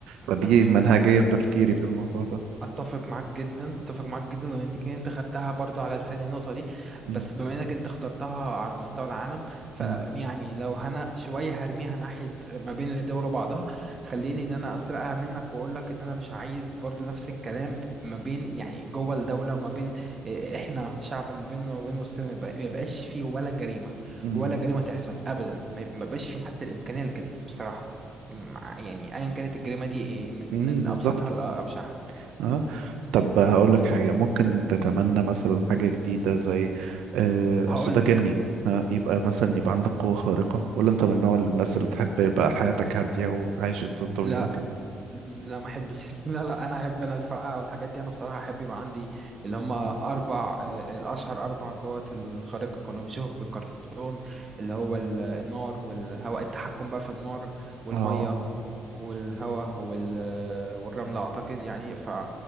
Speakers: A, on the right; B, on the right.
A: فدي
B: أتفق
A: منهجيه
B: معاك
A: تفكيري في الموضوع ده
B: اتفق معاك جدا اتفق معاك جدا لان دي كده انت خدتها برضو على لساني النقطه دي بس
A: مم.
B: بما انك انت اخترتها على مستوى العالم فيعني
A: مم.
B: لو هنا شويه هرميها ناحيه ما بين الدول وبعضها خليني ان انا اسرقها منك واقول لك ان انا مش عايز برضو نفس الكلام ما بين يعني جوه الدوله ما بين إيه، احنا شعب ما بين وما بين وسطنا ما يبقى- ما يبقاش فيه ولا جريمه
A: مم.
B: ولا جريمه تحصل ابدا ما يبقى- ما يبقاش فيه حتى الامكانيه لكده بصراحه مع- يعني ايا كانت الجريمه دي ايه من
A: مم.
B: من
A: بالظبط
B: ابسطها لابشعها
A: اه طب هقول لك حاجه ممكن تتمنى مثلا حاجه جديده زي آه،
B: هقول
A: اصل ده
B: لك
A: جني آه، يبقى مثلا يبقى عندك قوه خارقه ولا انت من نوع الناس اللي تحب يبقى حياتك هاديه وعايش انسان طبيعي
B: لا
A: وكده
B: لا ما احبش <laughs> لا لا انا احب انا الفرقعه والحاجات دي انا بصراحه احب يبقى عندي اللي هم اربع آه، الاشهر اربع قوات الخارقه كنا بنشوفهم في الكرتون اللي هو ال- النار والهواء التحكم بقى في النار والميه
A: اه
B: والهواء وال آه، والرمله اعتقد يعني ف